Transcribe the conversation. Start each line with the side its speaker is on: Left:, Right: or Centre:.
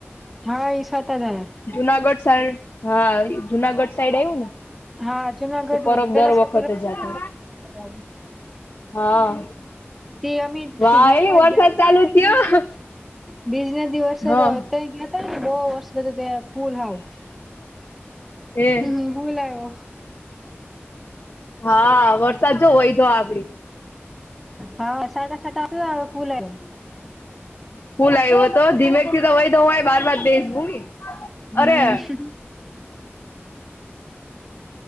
Centre: હા ઈ સાતા રયા.
Left: જુનાગઢ સાઈડ હા જુનાગઢ સાઈડ આયવુ ને?
Centre: હા જુનાગઢ
Left: પરબ
Centre: પેલા
Left: દર
Centre: સાતાધાર
Left: વખતે જાતો.
Centre: છે ને, પછી
Left: હા
Centre: તે અમે
Left: વાહ
Centre: એક
Left: એલી
Centre: વાર
Left: વરસાદ
Centre: ગયા તા
Left: ચાલુ
Centre: ને એક
Left: થયો
Centre: દિવસે બીજ ના દિવસે
Left: હા
Centre: ત્યા ગયાતા ને બહ વર્ષ બધું ત્યા ફૂલ હવ
Left: હે?
Centre: હમ હ ફુલ આયવો
Left: હા વરસાદ જો વયધો આ ગડી
Centre: હા સાટા સાટા અ આ ફૂલ આયવો.
Left: ફુલ આયવો તો ધીમેક થી તો હોય તો હું બાર બાર ટેસ બુ
Centre: હમ
Left: અરે!